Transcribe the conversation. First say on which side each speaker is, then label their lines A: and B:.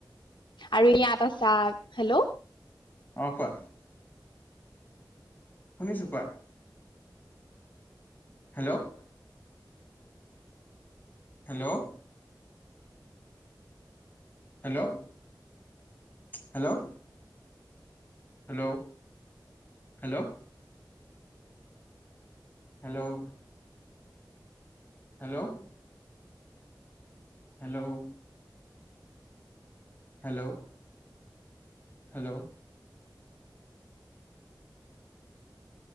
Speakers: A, on the left; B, on the left.
A: আৰু ইয়া এটা চা, হেল্লৌ'।
B: অঁ কোৱা? শুনিছো, কোৱা? Hello hello hello hello hello hello! Hello hello! Hello hello hello